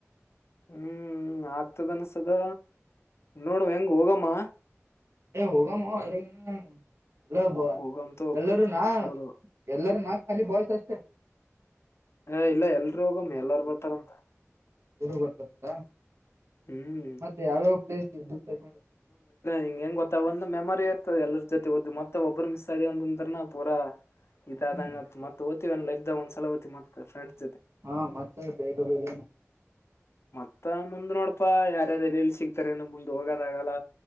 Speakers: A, on the left; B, on the right.
A: ಹ್ಮ್ ಹ್ಮ್ ಆಗ್ತದ ಅನ್ಸದ ನೋಡಮ ಹೆಂಗ ಹೋಗಮ್ಮ
B: ಏ ಹೋಗಮೋ ಅದರಾಗ ಏನ ಅದ ಎಲ್ಲ ಬ
A: ಹೋಗಮ್ ತೋ
B: ಎಲ್ಲರೂ ನಾ
A: ಹೌದು
B: ಎಲ್ಲರೂ ನಾ ಖಾಲಿ ಬಾಯ್ಸ್ ಅಷ್ಟೇ
A: ಹ ಇಲ್ಲ ಎಲ್ರು ಹೋಗಮ್ಮ ಎಲ್ಲಾರೂ ಬರ್ತಾರಂತ
B: ಎಲ್ರೂ ಬರ್ತರಂತ
A: ಹ್ಮ್
B: ಮತ್ತೆ ಯಾವ್ಯಾವ ಪ್ಲೇಸ ಡಿಸೈಡ
A: ಹಿಂಗ ಹೆಂಗ ಗೊತ್ತ ಒಂದ ಮೆಮೊರಿ ಇರ್ತದ ಎಲ್ಲರ ಜೊತೆ ಹೋದ ಮತ್ತೆ ಒಬ್ರು ಮಿಸ್ ಆದಿವಿ ಒಂತಂದ್ರನ ಪೂರಾ ಇದಾದಂಗತ್ತ
B: ಹ್ಮ್
A: ಮತ್ತ ಹೋತಿವನ ಲೈಫದಾಗ ಒಂದ ಸಲ ಹೋತ್ತಿವಿ ಮತ್ತ ಫ್ರೇಂಡ್ಸ
B: ಹಾ ಮತ್ತೆ ಬೇಗ ಬೇಗ
A: ಮತ್ತ ಮುಂದ್ ನೋಡ್ ಪ್ಪಾ ಯಾರ ಯಾರ ಎಲ್ಲೆಲ್ಲ ಸಿಗ್ತಾರೆ ಏನ ಮುಂದೆ ಹೋಗೋದಾಗಲ್ಲ